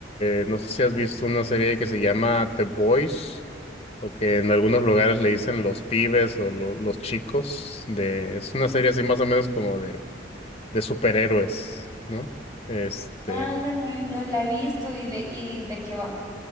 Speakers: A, on the left (about 30°); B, on the right (about 20°).
A: eh, no sé si has visto una serie que se llama The Boys. o que en algunos lugares le dicen los pibes o lo- los chicos. De, es una serie así más o menos como de, de superhéroes, ¿no? Este,
B: Ah, no la, he- no la he visto y de, y de qué va.